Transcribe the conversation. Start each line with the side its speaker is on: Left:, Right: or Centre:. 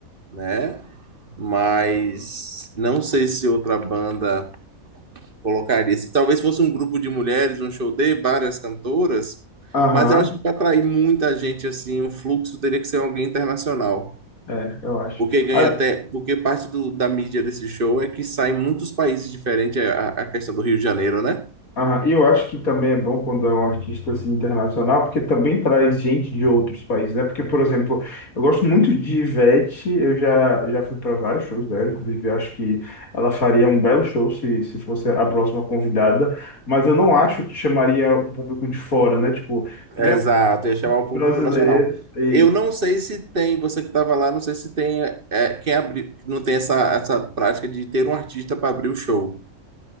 Right: né? Mas não sei se outra banda Colocaria. Se talvez fosse um grupo de mulheres, um show de várias cantoras,
Left: Aham,
Right: mas eu acho que para atrair muita gente, assim, o fluxo teria que ser alguém internacional.
Left: é, eu acho.
Right: Porque ganha
Left: Ah,
Right: até, porque parte do- da mídia desse show é que sai em muitos países diferentes é a, a questão do Rio de Janeiro, né?
Left: Ah, e eu acho que também é bom quando é um artista assim, internacional, porque também traz gente de outros países, né? Porque, por exemplo, eu gosto muito de Ivete, eu já, já fui para vários shows dela, inclusive acho que ela faria um belo show se, se fosse a próxima convidada, mas eu não acho que chamaria um público de fora, né? Tipo, três
Right: Exato, ia chamar o público
Left: brasileiros
Right: nacional.
Left: e
Right: Eu não sei se tem, você que estava lá, não sei se tem é, quem abri, não tem essa, essa prática de ter um artista para abrir o show,